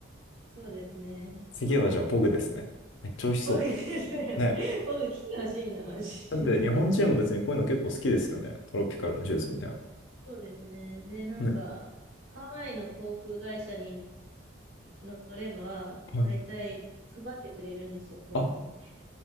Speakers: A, on the right; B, on the left.
A: そうですね。
B: 次はじゃあポグですね。めっちゃ美味しそ
A: 僕ですね。
B: う。ね。
A: <laughs> 僕来てほしいな、マジ。
B: だって日本人も別にこういうの結構好きですよね。トロピカルのジュースみたい
A: そうですね。で、なんか、
B: な。ね。
A: ハワイの航空会社に乗れば、
B: はい。
A: だいたい配ってくれるんですよ、ポグって。
B: あ、